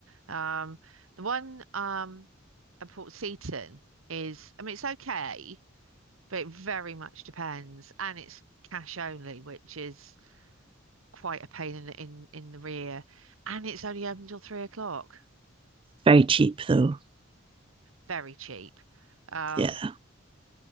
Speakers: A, on the right; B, on the right.
A: Um, the one um at Port Seton is, I mean, it's okay, but it very much depends, and it's cash only, which is quite a pain in the in in the rear, and it's only open till three o'clock.
B: Very cheap though.
A: Very cheap. Um,
B: Yeah.